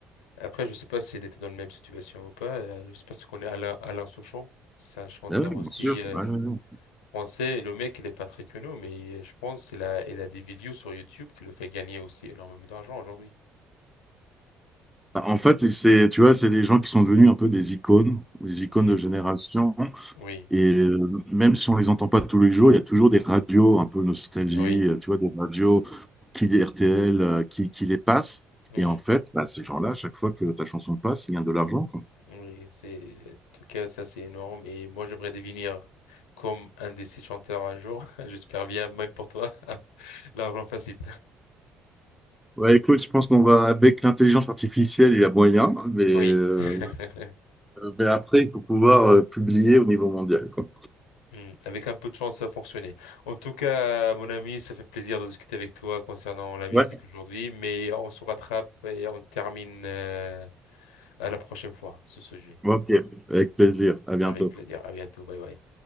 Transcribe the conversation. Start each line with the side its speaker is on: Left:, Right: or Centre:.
Left: Après, je sais pas s'il était dans la même situation ou pas. Euh, Je sais pas si tu connais Alain, Alain Souchon. C'est un chanteur
Centre: Ah oui,
Left: aussi
Centre: bien sûr.
Left: euh,
Centre: Ouais, ouais, ouais.
Left: français. Et le mec, il est pas très connu, mais euh, je pense qu'il a, il a des vidéos sur YouTube qui le fait gagner aussi énormément d'argent aujourd'hui.
Centre: Bah, En fait, c'est, tu vois, c'est des gens qui sont devenus un peu des icônes, des icônes
Left: Hmm.
Centre: de génération.
Left: Oui,
Centre: Et euh, même si on les entend pas tous les jours, il y a toujours des radios un peu nostalgie,
Left: oui,
Centre: euh, tu vois, des radios qui les RTL, euh, qui, qui les passent.
Left: Hmm.
Centre: Et en fait, bah, ces gens-là, à chaque fois que ta chanson passe, ils gagnent de l'argent, quoi.
Left: Oui. C'est, en tout cas, ça, c'est énorme. Et moi, j'aimerais devenir comme un de ces chanteurs un jour. <laughs> J'espère bien, même pour toi. <laughs> L'argent facile.
Centre: Ouais, écoute, je pense qu'on va avec l'intelligence artificielle, il y a moyen, mais, euh,
Left: Oui. <laughs>
Centre: mais après, il faut pouvoir euh, publier au niveau mondial, quoi.
Left: Hmm. Avec un peu de chance, ça a fonctionné. En tout cas, mon ami, ça fait plaisir de discuter avec toi concernant la musique
Centre: Ouais.
Left: aujourd'hui, mais on se rattrape et on termine euh, à la prochaine fois ce sujet.
Centre: Ok, avec plaisir. À bientôt.
Left: Avec plaisir. À bientôt. Bye bye.